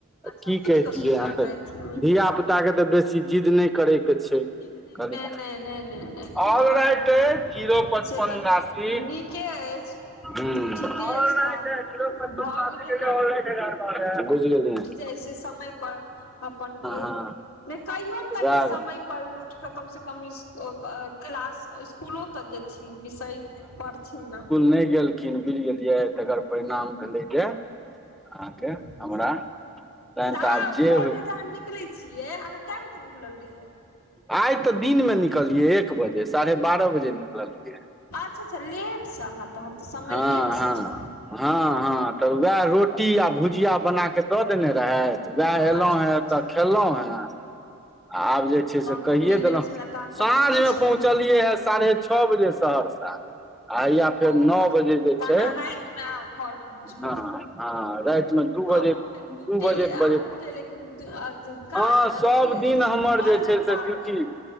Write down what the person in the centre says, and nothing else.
की
कैहतियै
हम तऽ धिया पुता के तऽ बेसी जिद नै करै के छै
कनी
ऑल
राइट अइ जीरो पचपन
उनासी।
हूँ,
ऑलराइट
है जीरो
पचपन
उनासी <unintelligible> बुझिगेलियै
हँ
वैह
नै गेल खिन बुझि गेलियै तकर परिणाम भेलै जे अहाँके
हमरा तहन
तऽ आब जे
होइ
आइ तऽ दिन मे निकललियै एक बजे साढ़े बारह बजे निकललियै।
हँ
हँ
हँ हँ तऽ वैह रोटी आ भुजिया बना कऽ दऽ देने रहैथ वोह
एलौं
हैं एतऽ खेलौं हैं आ आब
जे छै से
कहिये
देलहुँ
साँझमे
पहुँचल लियो है साढ़े छौ बजे सहरसा आ हइया फेर
नौ बजे जे
छय
न हँ राति में दु बजे
दु
बजैत
बजैत
हँ
सब दिन
हमर जे
छै से ड्यूटी